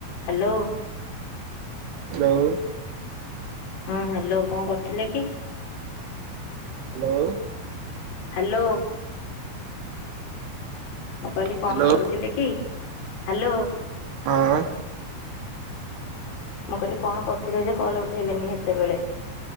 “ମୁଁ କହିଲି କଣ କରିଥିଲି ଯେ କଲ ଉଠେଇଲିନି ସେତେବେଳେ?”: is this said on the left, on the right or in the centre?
Left